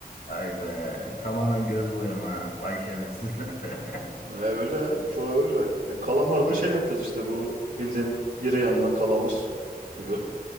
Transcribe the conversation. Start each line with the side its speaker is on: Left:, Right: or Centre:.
Left: Ay be. Tamamen göz boyama. Vay şerefsizler. <laughs>
Right: E, öyle. Çoğu öyle. Ya, kalamar
Left: Hmm.
Right: da şey yapıyoruz işte bu bildiğim bira yanına kalamar gibi.